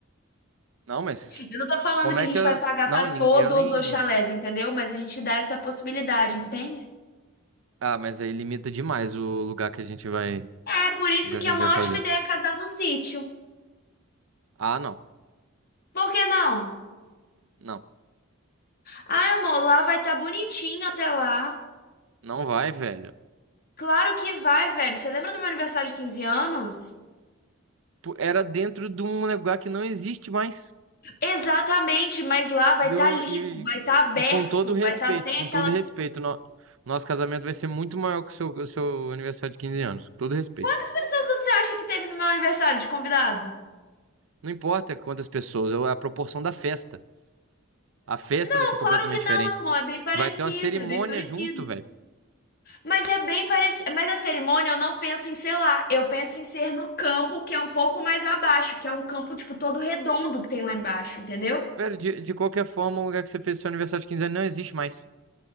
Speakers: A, on the right; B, on the left.
A: Não, mas
B: Eu não tô falando
A: como
B: que
A: é
B: a gente
A: que eu...
B: vai pagar
A: Não,
B: pra todos
A: nin- eu nem...
B: os chalés, entendeu? Mas a gente dá essa possibilidade, entende?
A: Ah, mas aí limita demais o lugar que a gente vai,
B: É por isso
A: o lugar
B: que
A: que
B: é
A: a
B: uma
A: gente vai fazer.
B: ótima ideia casar no sítio.
A: Ah, não.
B: Por que não?
A: Não.
B: Ai, amor, lá vai estar bonitinho até lá.
A: Não vai, velho.
B: Claro que vai, velho. Você lembra do meu aniversário de 15 anos?
A: Pô, Era dentro de um lugar que não existe mais.
B: Exatamente, mas lá vai
A: E,
B: estar
A: eu,
B: limpo,
A: e,
B: vai estar aberto,
A: e com todo respeito,
B: vai estar sem
A: com
B: aquelas.
A: todo respeito, no- nosso casamento vai ser muito maior que o seu, o seu aniversário de 15 anos. Com todo respeito.
B: Quantas pessoas você acha que teve no meu aniversário de convidado?
A: Não importa quantas pessoas, é a proporção da festa. A festa
B: Não,
A: vai ser completamente
B: claro que não,
A: diferente.
B: amor. É bem parecido,
A: Vai ter uma cerimônia
B: é bem parecido.
A: junto, velho.
B: Mas é bem parecido. Mas a cerimônia eu não penso em ser lá. Eu penso em ser no campo que é um pouco mais abaixo, que é um campo, tipo, todo redondo que tem lá embaixo, entendeu?
A: Velho, de, de qualquer forma, o lugar que você fez seu aniversário de quinze anos não existe mais.